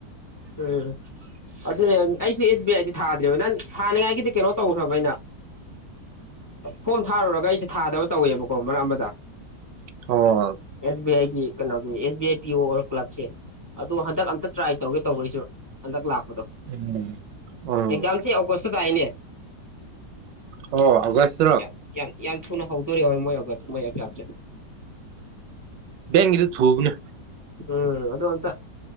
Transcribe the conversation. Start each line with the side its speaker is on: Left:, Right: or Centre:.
Left: ꯎꯝ ꯑꯗꯨꯅꯦ ꯑꯩꯁꯨ ꯑꯦꯁ ꯕꯤ ꯑꯥꯏꯗꯤ ꯊꯥꯗ꯭ꯔꯦꯕ ꯅꯪ ꯊꯥꯅꯤꯡꯉꯥꯏꯒꯤꯗꯤ ꯀꯩꯅꯣ ꯇꯧꯈ꯭ꯔꯕ ꯑꯩꯅ ꯐꯣꯝ ꯊꯥꯔꯨꯔꯒ ꯑꯩꯁꯦ ꯊꯥꯗꯕ ꯇꯧꯋꯦꯕꯀꯣ ꯃꯔꯛ ꯑꯃꯗ
Right: ꯑꯣ
Left: ꯑꯦꯁ ꯑ ꯀꯩꯅꯣꯒꯤ ꯑꯦꯁ ꯕꯤ ꯑꯥꯏ ꯄꯤ ꯑꯣ ꯂꯁ ꯑꯗꯣ ꯍꯟꯗꯛ ꯑꯝꯇ ꯇ꯭ꯔꯥꯏ ꯇꯧꯒꯦ ꯇꯧꯕꯩꯁꯨ ꯑꯟ ꯀ꯭ꯂꯥꯛ
Right: ꯎꯝ ꯎꯝ
Left: ꯑꯦꯛꯖꯝꯁ ꯑ ꯀ꯭ꯋꯁꯟ ꯥꯏꯅꯦ
Right: ꯑꯣ ꯍꯧꯕꯁ
Left: ꯌꯥ ꯌꯥ ꯌꯥꯝ ꯊꯨꯅ ꯍꯧꯗꯣꯔꯤꯕꯣꯏ ꯃꯣꯏꯕ ꯃꯣꯏ ꯑꯦꯛꯖꯥꯝꯁꯦ
Right: ꯒꯤꯗꯤ ꯊꯨꯕꯅꯦ
Left: ꯎꯝ ꯑꯗ ꯑꯝꯇ